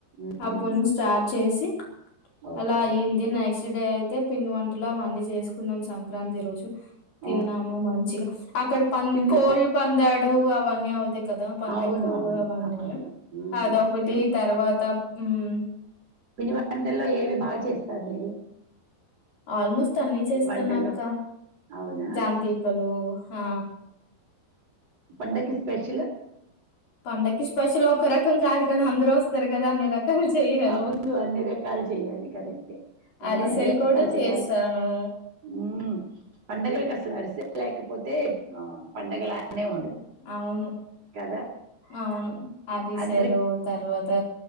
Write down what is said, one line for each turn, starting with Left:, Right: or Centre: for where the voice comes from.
Right: మ్మ్.
Left: అప్పునుంచి స్టార్ట్ చేసి
Right: ఓకే
Left: అలా అయింది నెక్స్ట్ డే అయితే పిండివొంటలు అవన్నీ చేసుకున్నాం సంక్రాంతి రోజు తిన్నాము
Right: ఆ,
Left: మంచిగా అక్కడ పం
Right: పిండి
Left: కోళ్పందాడు
Right: వం-
Left: అవన్నీ అవుతాయి. కదా పందెం
Right: అవును
Left: కోళ్ళు
Right: అవును
Left: అవన్నీ
Right: అవును మ్మ్.
Left: అదొకటి
Right: పిం-
Left: తర్వాత ఉమ్
Right: పిండి వంటల్లో ఏవి బాగ చేస్తారు మీరు
Left: ఆల్మోస్ట్ అన్ని చేస్తాన్నాక్క
Right: వంటల్లో అవునా
Left: జాంతికలు హా
Right: పండకి స్పెష్యలు
Left: పండకి స్పెషల్ ఒక్క రకం కాదు కదా అందరొస్తారు. కదా అన్ని రకాలు చెయ్యాలి
Right: అవును
Left: కదా
Right: అన్ని రకాలు చేయాలి. కరెక్టే ఉ
Left: అరిసెలు
Right: అన్ని రకాలు
Left: కూడా చేశాను
Right: చేయాలి. ఉమ్ పండగలకు అసలు అరిస్లేకపోతే పండగలానే ఉండదు.
Left: అవును
Right: కదా
Left: అవును
Right: ఉమ్,
Left: అరిసెలు
Right: అందరికి
Left: తర్వాత